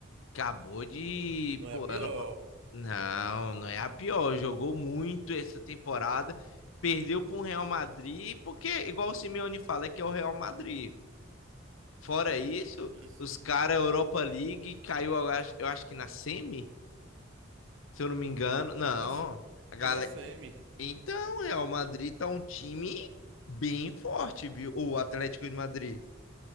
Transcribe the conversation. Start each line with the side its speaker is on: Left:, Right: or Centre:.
Left: Acabou de.
Right: não é
Left: Pô,
Right: a pior.
Left: ano... pa- Não, não é a pior. Jogou muito essa temporada. Perdeu para o Real Madrid, porque, igual o Simeone fala, é que é o Real Madrid. Fora isso,
Right: Isso.
Left: os caras, Europa League, caiu, eu acho, eu acho que na semi, se eu não me engano.
Right: Foi
Left: Não,
Right: na,
Left: a galera.
Right: foi na semi.
Left: Então, o Real Madrid tá um time bem forte, viu? O Atlético de Madrid.